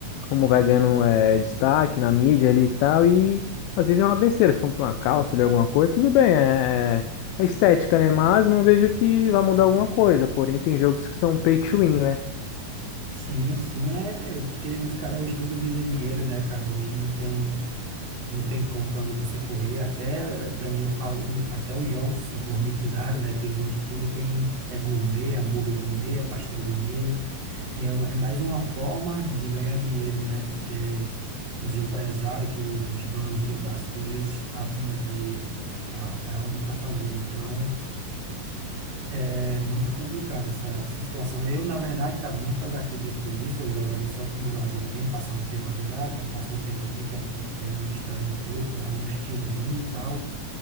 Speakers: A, on the left (about 85°); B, on the right (about 70°).
A: como vai ganhando é, destaque na mídia ali e tal, e às vezes é uma besteira. Você compra uma calça ali, alguma coisa, tudo bem, é, é é estética, né? Mas não vejo que vai mudar alguma coisa. Porém, tem jogos que são pay to win, né?
B: Sim, sim, é é porque os caras hoje tudo visa dinheiro, né, cara? Hoje não tem, não tem como pra onde você correr. Até, para mim, eu falo, o- até os jogos se gourmetizaram, né? Que hoje tudo tem, é gourmet, hambúrguer gourmet, é pastel gourmet. É, um- é mais uma forma de ganhar dinheiro, né? Que é os empresários, que os, os donos do- das coisas arruma de ar- arruma para fazer. Então, é muito complicado essa, essa situação. Eu, na verdade, cara, nunca gastei dinheiro com isso. Eu jogo ali só pro meu lazer mesmo, passar um tempo, às vezes, ah, quero passar um tempo aqui, quero, di- quero me distrair um pouco, dar uns tirozinhos e tal.